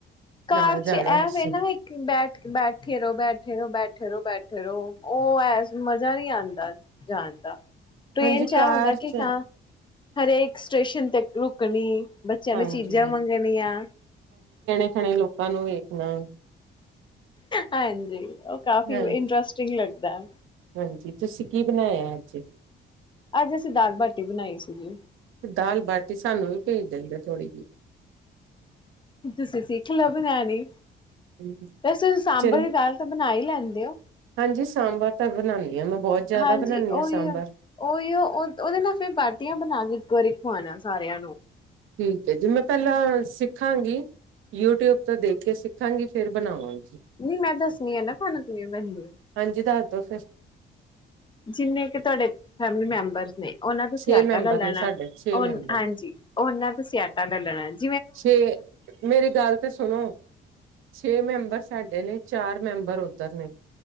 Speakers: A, on the left; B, on the right.
A: ਕਾਰ
B: ਨਾਲ ਜਾਣਾ
A: ਚ ਐ
B: ਤੁਸੀਂ
A: ਵ ਨਾ ਇੱਕ ਬੈ ਬੈਠੇ ਰਹੋ ਬੈਠੇ ਰਹੋ ਬੈਠੇ ਰਹੋ ਬੈਠੇ ਰਹੋ ਉਹ ਐ ਮਜ਼ਾ ਨਹੀਂੀ ਆਉਂਦਾ ਜਾਣ ਦਾ ਟ੍ਰੇਨ
B: ਹਾਂਜੀ
A: ਚ ਆ
B: ਕਾਰ
A: ਹੁੰਦਾ ਕਿ
B: ਚ
A: ਹਾਂ ਹਰੇਕ ਸਟੇਸ਼ਨ ਤੇ ਰੁਕਣੀ ਬੱਚਿਆਂ
B: ਹਾਂਜੀ।
A: ਨੇ ਚੀਜ਼ਾਂ ਮੰਗਣੀਆਂ
B: ੱਖਣੇ ਲੋਕਾਂ ਨੂੰ ਵੀ ਨਾ
A: ਹਾਂਜੀ ਉਹ ਕਾਫੀ
B: ਹਾਂਜੀ
A: ਇੰਟਰਸਟਿੰਗ ਲੱਗਦਾ ਹੈ
B: ਹਾਂਜੀ ਤੁਸੀਂ ਕੀ ਬਣਾਏ ਆ ਅੱਜ
A: ਅੱਜ ਅਸੀਂ ਦਾਲ ਬਾਟੀ ਬਣਾਈ ਸੀਗੀੀ
B: ਤੇ ਦਾਲ ਬਾਟੀ ਸਾਨੂੰ ਵੀ ਭੇਜ ਦਿੰਦੇ ਥੋੜ੍ਹੀ ਜਿਹੀ
A: ਤੁਸੀਂ ਸਿੱਖ ਲ ਬਣਾਣੀ
B: ਜਿਹੀ
A: ਵੈਸੇ ਸਾਂਬਰ
B: ਚਲੋ
A: ਦੀ ਦਾਲ ਤਾਂ ਬਣਾ ਹੀ ਲੈਂਦੇ ਹੋ
B: ਹਾਂਜੀ ਸਾਂਬਰ ਤਾਂ ਬਣਾਉਦੀ ਹਾਂ ਮੈਂ ਬਹੁਤ ਜ਼ਿਆਦਾ
A: ਹਾਂਜੀ
B: ਬਣਾਉਦੀ ਹਾਂ
A: ਉਹੀ
B: ਸਾਂਬਰ
A: ਉਹੀਓ ਉਹ ਉਹਦੇ ਨਾਲ ਫੇਿਰ ਬਾਟੀਆਂ ਬਣਾ ਕੇ ਇੱਕ ਵਾਰੀ ਹੋ ਨਾ ਸਾਰਿਆਂ ਨੂੰ
B: ਠੀਕ ਹੈ ਜੀ ਮੈਂ ਪਹਿਲਾਂ ਸਿੱਖਾਂਗੀ ਯੂਟਿਊਬ ਤੋਂ ਦੇਖ ਕੇ ਸਿੱਖਾਂਗੀ ਫੇਰ ਬਣਾਵਾਂਗੀ
A: ਨਹੀਂ ਮੈਂ ਦੱਸਣੀ ਆ ਨਾ ਤੁਹਾਨ ਕਿਵੇਂ ਬਣਦੀ
B: ਹਾਂਜੀ ਦੱਸ ਦੋ ਫਿਰ
A: ਜਿੰਨੇ ਕਿ ਤੁਹਾਡੇ ਫੈਮਲੀ ਮੈਂ ਬਰਸ ਨੇ ਉਹਨਾਂ ਤੋਂ
B: ਛੇ
A: ਸਿਆਟਾ
B: ਮੈਂਬਰ
A: ਲ ਲੈਣਾ
B: ਨੇ ਸਾਡੇ ਛੇ
A: ਉਹ
B: ਮੈਂਬਰ
A: ਹਾਂਜੀ ਉਹਨਾਂ ਦਾ ਸਿਆਟਾ ਲੈ ਲ <unintelligible>
B: ਛੇ ਮੇਰੀ ਗੱਲ ਤੇ ਸੁਣੋ ਛੇ ਮੈਂਬਰ ਸਾਡੇ ਨੇ ਚਾਰ ਮੈਂਬਰ ਉੱਧਰ ਨੇ